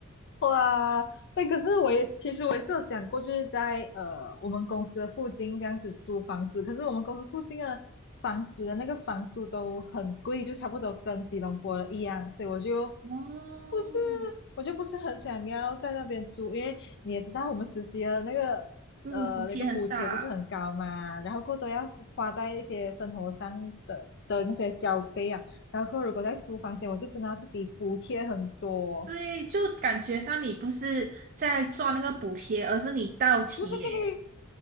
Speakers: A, on the left; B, on the right.
A: 哇，那可是我也其实我也是有想过，就是在呃我们公司的附近这样子租房子，可是我们公司附近的房子的那个房租都很贵，就差不多跟吉隆坡的一样，所以我就
B: 哦，
A: 不是我就不是很想要在那边租，因为你也知道我们实习的那个呃那个补贴不是很高嘛，
B: 嗯，补贴很少，
A: 然后过多要花在一些生活上的的那些消费啊，然后过后如果在租房间，我就真的要自己补贴很多。
B: 对，就感觉上你不是在赚那个补贴，而是你倒贴，
A: <laughs>